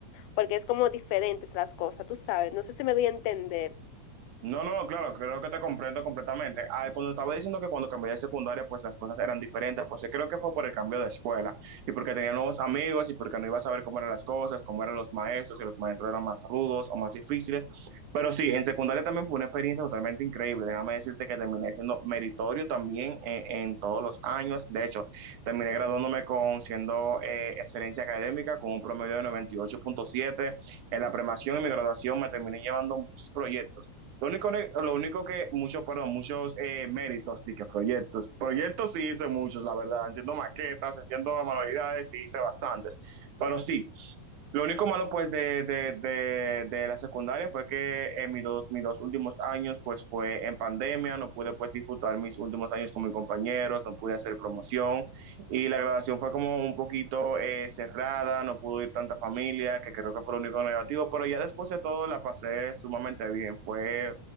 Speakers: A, on the left; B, on the right.
A: porque es como diferentes las cosas, tú sabes, no sé si me doy a entender.
B: No, no, claro, creo que te comprendo completamente. Ah, cuando estaba diciendo que cuando cambié de secundaria, pues las cosas eran diferentes, pues sí, creo que fue por el cambio de escuela y porque tenía nuevos amigos y porque no iba a saber cómo eran las cosas, cómo eran los maestros, si los maestros eran más rudos o más difíciles. Pero sí, en secundaria también fue una experiencia totalmente increíble. Déjame decirte que terminé siendo meritorio también en, en todos los años. De hecho, terminé graduándome con siendo eh, excelencia académica con un promedio de noventa y ocho punto siete. En la premación y mi graduación me terminé llevando muchos proyectos. Lo único, lo único que, muchos, perdón, muchos eh, méritos, y que proyectos. Proyectos sí hice muchos, la verdad, haciendo maquetas, haciendo manualidades, sí hice bastantes. Pero sí, lo único malo pues de, de, de, de la secundaria fue que en mis dos, mis dos últimos años pues fue en pandemia, no pude pues disfrutar mis últimos años con mis compañeros, no pude hacer promoción y la graduación fue como un poquito eh, cerrada, no pudo ir tanta familia, que creo que fue lo único negativo, pero ya después de todo la pasé sumamente bien, fue,